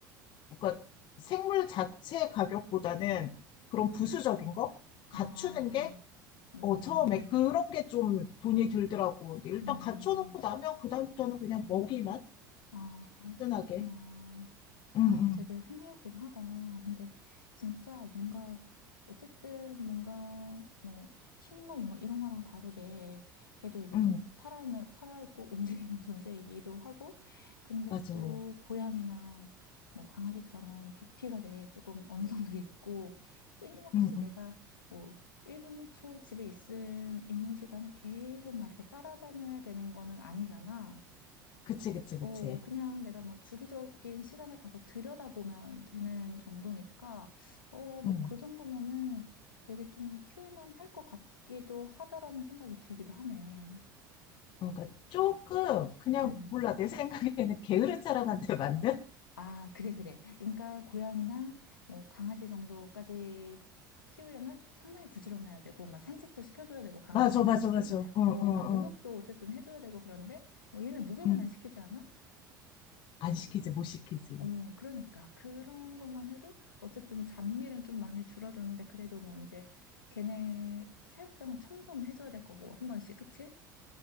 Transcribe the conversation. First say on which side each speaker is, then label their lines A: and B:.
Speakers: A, on the left; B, on the left.
A: 그러니까 생물 자체 가격보다는 그런 부수적인 거 갖추는
B: 어, 아,
A: 게
B: 어,
A: 어, 처음에 그런 게 좀 돈이 들더라고. 근데 일단
B: 음,
A: 갖춰놓고 나면 그다음부터는 그냥 먹이만
B: 아,
A: 꾸준하게.
B: 그렇구나.
A: 응,
B: 와,
A: 응,
B: 되게 흥미롭긴 하다. 근데 진짜 뭔가 어쨌든 뭔가 뭐 식물 뭐 이런 거랑 다르게 걔도 이제
A: 응,
B: 좀 살아있는 살아있고 <laughs> 움직이는 존재이기도 하고 근데
A: 맞아.
B: 또
A: 응,
B: 고양이나 뭐 강아지처럼 부피가 되게 조금 어느 정도 있고 끊임없이
A: 응.
B: 내가 뭐 1분 1초 집에 있은 있는 시간에 계속 막 이렇게 따라다녀야 되는 거는 아니잖아.
A: 그치, 그치, 그치.
B: 어, 그냥 내가 뭐 주기적인 시간에 가서 들여다보면 되는 정도니까, 어, 뭐
A: 응.
B: 그 정도면은 되게 좀 키울만 할 것 같기도 하다라는 생각이 들기도 하네.
A: 그러니까 조금, 그냥,
B: 어.
A: 몰라. 내 생각에는 게으른 사람한테 맞는?
B: 아, 그래, 그래. 그러니까 고양이나 뭐 강아지 정도까지 키우려면 상당히 부지런해야 되고, 막 산책도 시켜줘야 되고, 강아지는
A: 맞아, 맞아,
B: 그치?
A: 맞아. 응,
B: 어,
A: 응,
B: 막 목욕도
A: 응.
B: 어쨌든 해줘야 되고, 그런데 뭐 얘는 목욕은
A: 응.
B: 안 시키지 않아?
A: 안 시키지, 못 시키지.
B: 어머, 그러니까. 그런 것만 해도 어쨌든 잡일은 좀 많이 줄어드는데 그래도 뭐 이제 걔네 사육장 청소는 해줘야 될 거고, 한 번씩, 그치?